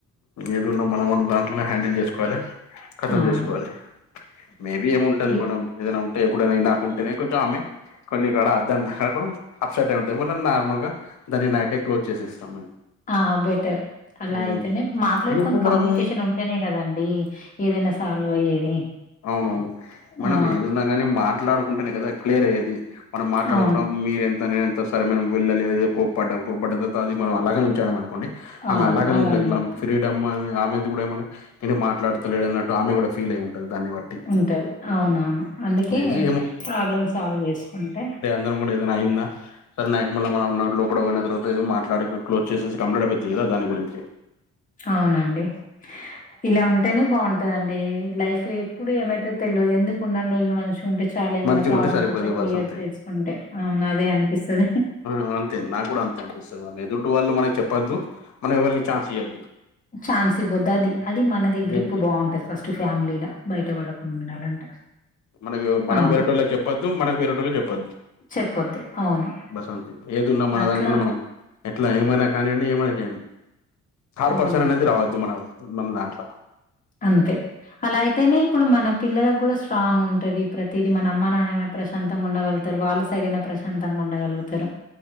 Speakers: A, on the left; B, on the left.
A: ఏదున్న మనం మన దాంట్లోనే హ్యాండిల్ చేసుకోవాలి కతం
B: అవును
A: చేసుకోవాలి మేబి ఏముంటది
B: ఈ
A: మనం ఏదైనా ఉంటే ఎప్పుడైనా నాకుంటేనే కొంచెం ఆమె <unintelligible> కొన్ని కూడా అద్దంత అప్సెట్ అయి ఉంటాంది మళ్ళ నార్మల్ గా దాన్ని నైటే క్లోజ్ చేసి ఇస్తాం మేము
B: ఆ బెటర్ అలా
A: ఉమ్,
B: అయితేనే మాట్లాడుకొని
A: ఇప్పుడు
B: కమ్యూనికేషన్
A: మనం
B: ఉంటేనే కదండి ఏదైనా సాల్వ్ అయ్యేది
A: అవునవును మనం
B: ఆ!
A: ఏది ఉన్నా గాని మాట్లాడుకుంటానే కదా క్లియర్ అయ్యేది మనం మాట్లాడ
B: అవును.
A: కుండా మీరెంత నేను ఎంత సరే మనం వెళ్లలేదు ఏదో కోప్పడ్డాం కోప్పడ్డ తర్వాతది మనం అలాగనే ఉంచాడం అనుకోండి
B: అవును.
A: ఆమె అలాగనే
B: అలా
A: ఉంటుంది
B: ఉండొద్దు.
A: మనం ఫ్రీడమ్ అని ఆమెది కూడా ఏమే ఏన్ని మాట్లాడతలేడన్నట్టు ఆమె కూడా ఫీల్ అయి ఉంటుంది దాన్ని బట్టి
B: ఉంటరూ అవునవును అందుకే
A: మేబీ
B: ప్రాబ్లమ్ సాల్వ్ చేసుకుంటే
A: <unintelligible> ఏదై అయింద సర నైట్ మళ్ మనం లోప పోయిన తర్వాత మాట్లాడ క్జ్ చేసే కంప్లీట్ అయిపోతుంది ఏదో దాని గురించి
B: అవునండి ఇలా ఉంటే టేనే బాగుంటదండి లైఫ్ ఎప్పుడు ఏమైతే తెలియదు ఎందుకు ఉండని రోజులు మనిషి ఉంటే చాలా ఏమన్నా
A: మంచిగుంటే
B: ప్రాబ్లమ్స్
A: సరిపోతది
B: వస్తే క్లియర్
A: బస్ అంతే
B: చేసుకుంటే అవును అదే అనిపిస్తుంది
A: ఆ అంతే నాకు కూడా అంతే అనిపిస్తుంది మ ఎదుట వాళ్ళు మనకి చెప్పొద్దు మనం ఎవళని ఛాన్స్ ఇయొద్దు
B: ఛాన్స్ ఇవ్వొద్దు అది అది మనది గ్రిప్
A: మెయిన్ థింగ్
B: బాగుంటది ఫస్ట్ ఫ్యామిలీలా బయట పడకుండా ఉండాలంటే
A: మనకు మనం
B: అవును.
A: వేరే టోల్లకు చెప్పొద్దు మనకు వేరే టోలు చెప్పద్దు
B: చెప్పొద్దు. అవును.
A: బస్ అంతే ఏదిన్నా మనదాంట్లో
B: అట్లా
A: మనం ఎట్లా ఏమైనా కానీయండి ఏమైనా చేయండి థార్డ్
B: అవునండి
A: పర్సన్ అనేది రావద్దు మన మన దాంట్లో
B: అంతే అలా అయితేనే ఇప్పుడు మన పిల్లలకు కూడా స్ట్రాంగ్ ఉంటది ప్రతిదీ మన అమ్మ నాన్నైనా ప్రశాంతంగా ఉండగలుత తారు వాళ్ళ సైడ్ అయినా ప్రశాంతంగా ఉండగలుగుతారు